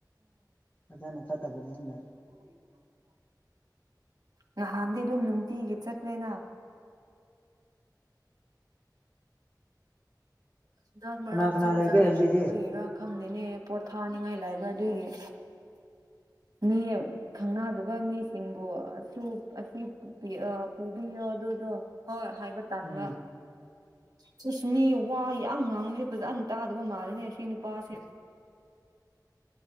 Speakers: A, on the left; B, on the right.
A: ꯑꯗꯨꯅꯥ ꯆꯠꯇꯥꯕꯅꯤ ꯑꯩꯅꯥ
B: ꯎꯝꯝ <inaudible> ꯅꯍꯥꯟꯗꯒꯤ ꯑꯗꯨꯝ ꯅꯨꯡꯇꯤꯒꯤ ꯆꯠꯂꯦꯅꯥ꯫ ꯍꯟꯗꯛ ꯃꯔꯥꯛꯁꯦ
A: ꯀꯅꯥ ꯀꯅꯥ
B: ꯐꯖꯥꯅ
A: ꯂꯩꯒꯦ ꯍꯧꯖꯤꯛꯗꯤ
B: ꯆꯠꯇꯥꯕꯒꯤ ꯔꯥ ꯈꯪꯗꯦꯅꯦ ꯄꯣꯠꯊꯥꯅꯤꯡꯉꯥꯒꯥ ꯂꯩꯕꯥ ꯑꯗꯨꯒꯤ꯫ ꯃꯤ ꯈꯪꯅꯗꯕ ꯃꯤꯁꯤꯡꯕꯨ ꯑꯁꯨꯛ ꯑꯁꯤ ꯑꯥ ꯄꯨꯕꯤꯌꯣ ꯑꯗꯨ ꯑꯗꯨꯗꯣ ꯍꯣꯏ ꯍꯥꯏꯕ
A: ꯎꯝ
B: ꯇꯥꯟꯕꯥ ꯆꯨꯁꯃꯤ ꯋꯥ ꯌꯥꯝ ꯉꯥꯡꯕꯁꯤ ꯐꯖꯅ ꯇꯥꯗꯕ ꯃꯥꯜꯂꯦꯅꯦ ꯁꯤ ꯅꯨꯄꯥꯁꯦ꯫